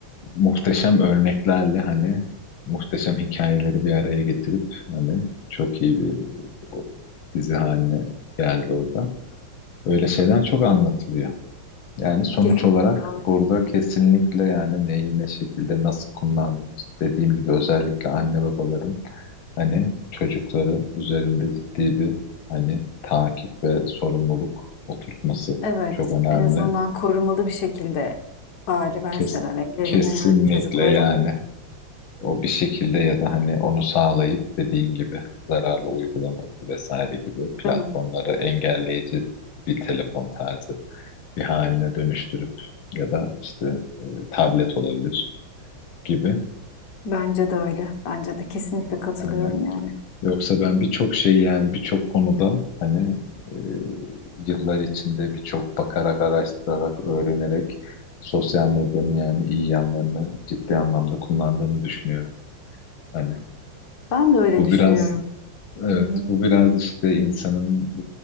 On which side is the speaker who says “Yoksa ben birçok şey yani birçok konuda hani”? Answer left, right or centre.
Left